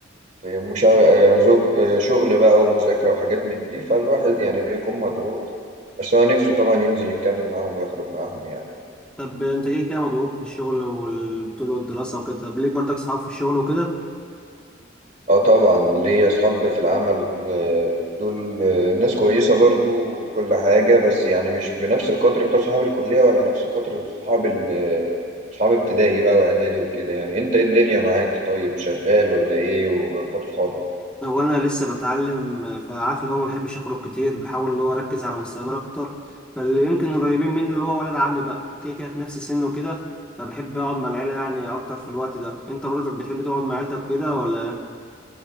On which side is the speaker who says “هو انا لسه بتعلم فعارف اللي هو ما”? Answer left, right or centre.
Centre